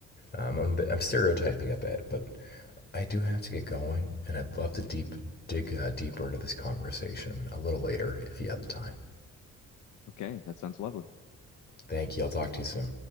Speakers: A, on the left; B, on the left.
A: Um, I'm, I'm stereotyping a bit, but I do have to get going, and I'd love to deep dig uh, deeper into this conversation a little later if you have the time.
B: Okay, that sounds lovely.
A: Thank you. I'll talk to you soon.